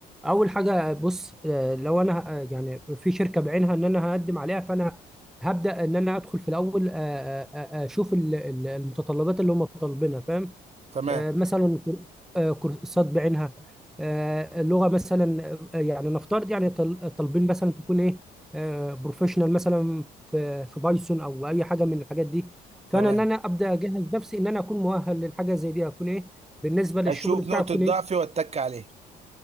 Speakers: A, in the centre; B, on the right (about 30°).
A: اول حاجه بص آه، لو انا آه، يعني في شركه بعينها ان انا هقدم عليها فانا هبدا ان انا ادخل في الاول آه، آه، آه، آه، اشوف ال- ال- المتطلبات اللي هم طالبينها فاهم
B: تمام
A: آه، مثلا كور- آه، كورسات بعينها آه، لغه مثلا آه، يعني نفترض يعني طال- طالبين مثلا تكون ايه بروفيشنال مثلا في في بايثون او اي حاجه من الحاجات دي فانا
B: تمام
A: ان انا ابدا اجهز نفسي ان انا اكون مؤهل للحاجه زي دي اكون ايه بالنسبه للشغل
B: اشوف
A: بتاعي
B: نقطة
A: اكون
B: ضعفي
A: ايه
B: واتك عليها